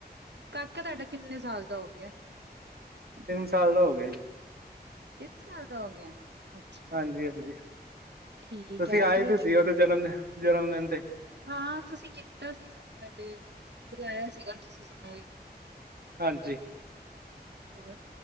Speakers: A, on the right; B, on the right.
A: ਕਾਕਾ ਥਾਡਾ ਕਿੰਨੇ ਸਾਲ ਦਾ ਹੋ ਗਿਆ?
B: ਤਿੰਨ ਸਾਲ ਦਾ ਹੋ ਗਿਆ ਜੀ।
A: ਤਿੰਨ ਸਾਲ ਦਾ ਹੋ ਗਿਆ। ਅੱਛਾ
B: ਹਾਂਜੀ-ਹਾਂਜੀ।
A: ਠੀਕ
B: ਤੁਸੀਂ
A: ਹੈ
B: ਆਏ
A: ਫਿਰ
B: ਤੇ ਸੀ ਉਹਦੇ ਜਨਮ ਦਿ ਜਨਮ ਦਿਨ ਤੇ।
A: ਹਾਂ ਤੁਸੀਂ ਕੀਤਾ ਸੀਗਾ ਬਡੇ ਬਲਾਇਆ ਸੀਗਾ ਤੁਸੀਂ ਸਾਨੂੰ।
B: ਹਾਂਜੀ।
A: ਵ